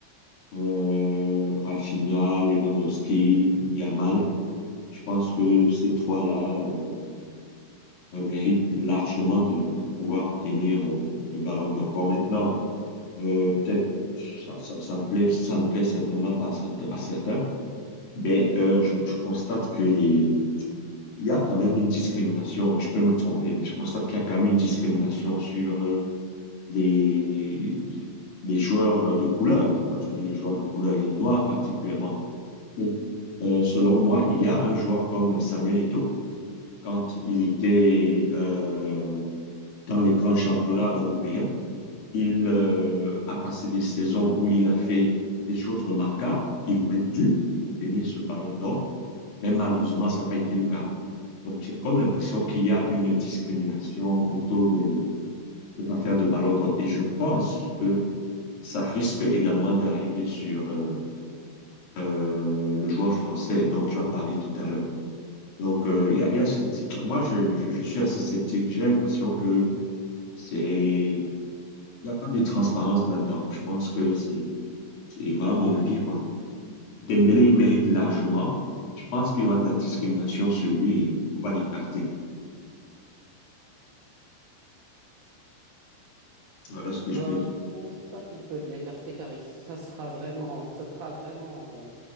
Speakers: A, on the left; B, on the right.
A: euh, Rafinha, Lewandowski, Yamal. Je pense que ces trois-là euh, euh, méritent largement de, de pouvoir obtenir euh, le Ballon d'Or. Bon, maintenant, euh, peut-être ça, ça, ça ne plaît, ça ne plaît certainement pas à certains, à certains, Ben, euh, je, je constate que les... il y a quand même une discrimination, hein, je peux me tromper, mais je constate qu'il y a quand même une discrimination sur euh, les... les joueurs de couleur. Quand je dis les joueurs de couleur, les noirs particulièrement. Mm. Euh, selon moi, il y a un joueur comme Samuel Eto'o, quand il était euh, dans les grands championnats européens, il euh, a passé des saisons où il a fait des choses remarquables. Il aurait dû obtenir ce ballon d'or, mais malheureusement, ça n'a pas été le cas. Donc, j'ai comme l'impression qu'il y a une discrimination autour de cette affaire de ballon d'or. Et je pense que ça risque également d'arriver sur euh, euh, le joueur français dont tu as parlé tout à l'heure. Donc, euh, il y a, il y a cette... di- moi, je, je, je suis assez sceptique. J'ai l'impression que c'est... Il n'y a pas de transparence là-dedans. Je pense que c'est C'est voilà mon avis, quoi. Dembélé, il mérite largement. Je pense qu'il y aura de la discrimination sur lui et on va l'écarter. Voilà ce que je
B: Bah,
A: peux dire.
B: je pense pas qu'ils peuvent l'écarter car il- ça sera vraiment, ça sera vraiment euh,